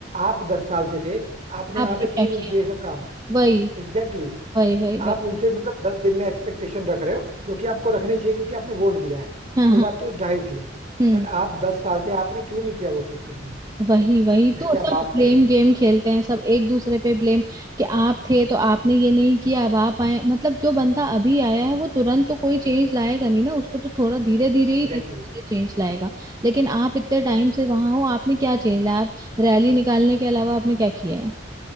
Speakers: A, on the right; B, on the right.
A: आप दस साल से थे आपने
B: आपने
A: वहां पे क्यों
B: क्या किया
A: नहीं किए ये सब काम
B: वही
A: एग्जैक्टली
B: वही वही वही
A: आप उनसे मतलब दस दिन में एक्सपेक्टेशन रख रहे हो जो कि आपको रखनी चाहिए क्योंकि आपने वोट दिया है
B: हाँ
A: वो
B: हाँ
A: बात तो जाहिर सी है
B: हम्म
A: बट आप दस साल से आपने क्यों नहीं किया वो चीज कुछ भी
B: वही वही
A: जिसकी
B: तो
A: आप
B: सब
A: बात
B: ब्लेम
A: कर रहे हो
B: गेम खेलते हैं सब एक दूसरे पे ब्लेम कि आप थे तो आपने ये नहीं किया अब आप आए मतलब जो बंदा अभी आया है वो तुरंत तो कोई चेंज लाएगा नहीं ना उसको तो थोड़ा धीरे धीरे
A: एग्जैक्टली
B: ही धीरे धीरे चेंज लाएगा लेकिन आप इतने टाइम से वहां हो आपने क्या चेंज लाया आप रैली निकालने के अलावा आपने क्या किया है